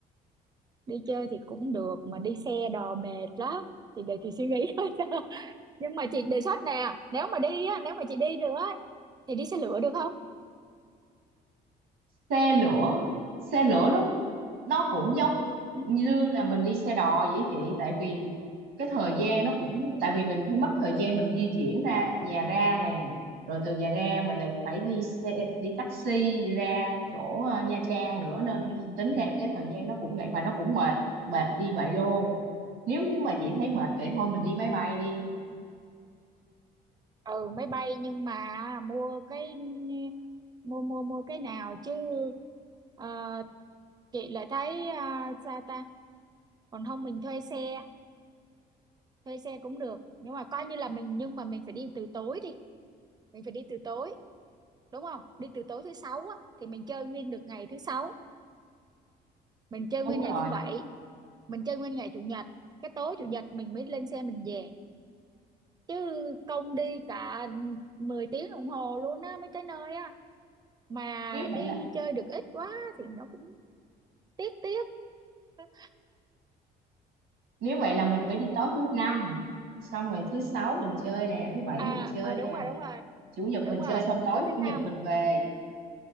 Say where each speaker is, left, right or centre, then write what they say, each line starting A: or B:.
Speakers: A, on the right; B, on the right.
A: đi chơi thì cũng được mà đi xe đò mệt lắm thì để chị suy nghĩ <laughs> thôi nhưng mà chị đề xuất nè nếu mà đi á nếu mà chị đi được á thì đi xe lửa được không
B: xe lửa xe lửa nó nó cũng giống
A: ừ.
B: như là mình đi xe đò vậy chị tại vì cái thời gian nó cũng tại vì mình phải mất thời gian mình di chuyển ra nhà ra nè rồi từ nhà ra mình lại phải đi xe đi taxi đi ra chỗ ờ, Nha Trang nữa nên
A: ừ
B: tính
A: ừ
B: ra cái thời gian nó cũng vậy và nó cũng mệt mệt y vậy luôn nếu như mà chị thấy mệt vậy thôi mình đi máy bay đi
A: ừ máy bay nhưng mà mua cái mua mua mua cái nào chứ ờ, chị lại thấy à, sao ta còn không mình thuê xe thuê xe cũng được nhưng mà coi như là mình nhưng mà mình phải đi từ tối đi mình phải đi từ tối đúng không đi từ tối thứ sáu á thì mình chơi nguyên được ngày thứ sáu mình chơi
B: đúng
A: nguyên
B: rồi
A: ngày thứ bảy mình chơi nguyên ngày chủ nhật cái tối chủ nhật mình mới lên xe mình về chứ công đi cả 10 tiếng đồng hồ luôn á mấy cái nơi á mà
B: nếu
A: đi
B: vậy là
A: chơi được ít quá thì nó cũng tiếc tiếc <laughs>
B: nếu vậy là mình phải đi tối thứ năm xong rồi thứ sáu mình chơi nè thứ bảy
A: à,
B: mình chơi
A: à đúng
B: nè
A: rồi đúng rồi
B: chủ nhật
A: đúng
B: mình chơi
A: rồi
B: xong tối
A: tới thứ
B: chủ nhật
A: năm
B: mình về